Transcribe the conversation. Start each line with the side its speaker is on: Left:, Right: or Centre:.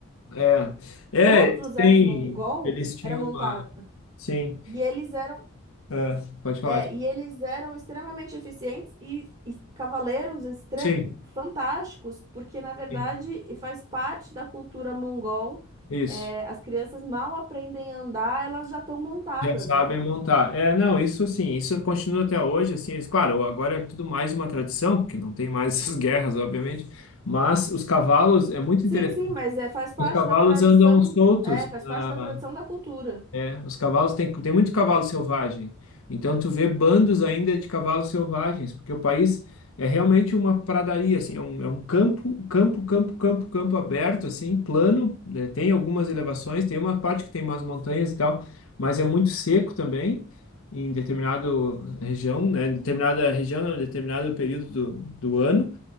Left: É. É,
Right: todos
Left: eles
Right: o exército
Left: têm,
Right: mongol
Left: eles tinham
Right: era montado
Left: uma. Sim,
Right: e eles eram
Left: é, pode falar.
Right: é, e eles eram extremamente eficientes e, e cavaleiros extre-
Left: Sim,
Right: fantásticos, porque na verdade
Left: sim.
Right: e faz parte da cultura mongol.
Left: Isso.
Right: é, as crianças mal aprendem a andar, elas já estão montadas,
Left: Já sabem
Right: né?
Left: montar. É, não, isso sim, isso continua até hoje, assim, eles, claro, agora é tudo mais uma tradição, porque não tem mais <laughs> essas guerras, obviamente, mas os cavalos, é muito
Right: Sim,
Left: interessante,
Right: sim, mas é, faz parte
Left: os cavalos
Right: da tradição,
Left: andam soltos
Right: é, faz parte
Left: ah,
Right: da tradição da cultura.
Left: é, os cavalos tem, tem muito cavalo selvagem. Então tu vê bandos ainda de cavalos selvagens, porque o país é realmente uma pradaria, assim, é um, é um campo, campo, campo, campo, campo aberto, assim, plano, né? Tem algumas elevações, tem uma parte que tem umas montanhas e tal, mas é muito seco também em determinada região, né? Determinada região, não, determinado período do, do ano.